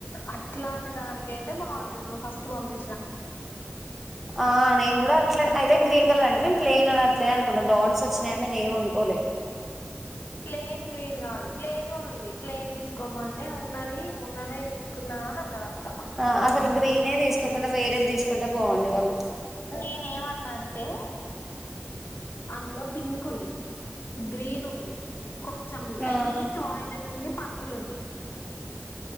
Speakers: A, on the left; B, in the centre.
A: అట్లాంటి దానికి అయితే బాగుంటది నువ్వు ఫస్ట్ పంపి
B: ఆ నేను కూడా అట్లా అయితే గ్రీన్ కలర్ అదే ప్లయిన్ అనట్లేదు అనుకున్నా డాట్స్ వచ్చినాయని నే ఏం అనుకోలేదు
A: ప్లెయిన్ గ్రీన్ కాదు ప్లయిన్ కూడా ఉంది ప్లెయిన్ తీసుకోమంటే ఉన్నది మొన్ననే తీసుకున్నా అన్నది అత్తమ్మ
B: ఆ అసలు గ్రీనే తీసుకోకుండా వేరేది తీసుకుంటే బాగుండు వాళ్ళు
A: నేను ఏమన్నా అంటే అందులో పింక్ ఉంది గ్రీన్ ఉంది కొంచెం లైట్
B: ఆ
A: వాయిలెట్ ఉంది పర్పుల్ ఉంది